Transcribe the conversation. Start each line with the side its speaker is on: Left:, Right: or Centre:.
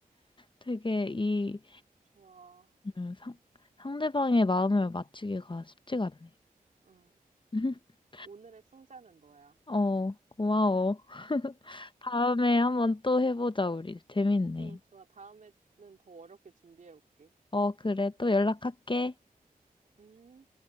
Left: 되게 이,
Right: 좋아.
Left: 음, 상, 상대방의 마음을 맞추기가 쉽지가 않네.
Right: 응.
Left: <laughs>
Right: 오늘의 승자는 너야.
Left: 어, 고마워. <laughs> 다음에 한번 또 해보자, 우리. 재밌네.
Right: 응, 좋아. 다음에는 더 어렵게 준비해 올게.
Left: 어, 그래. 또 연락할게.
Right: 음.